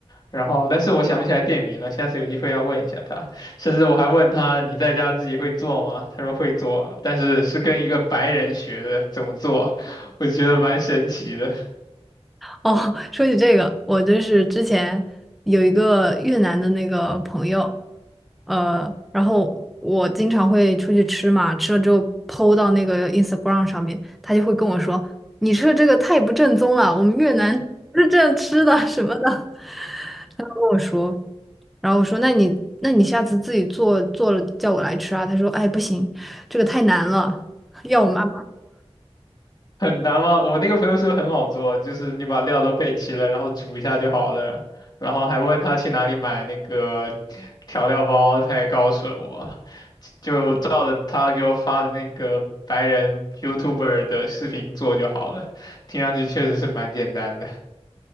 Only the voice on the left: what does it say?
然后，但是我想不起来店名了，下次有机会要问一下他。甚至我还问他，你在家自己会做吗？他说会做，但是是跟一个白人学的怎么做，<laughs> 我觉得蛮神奇的。
<laughs> 很难吗？我那个朋友说很好做，就是你把料都备齐了，然后煮一下就好了。然后还问他去哪里买那个调料包，他也告诉了我，就照着他给我发的那个白人 YouTuber 的视频做就好了。听上去确实是蛮简单的。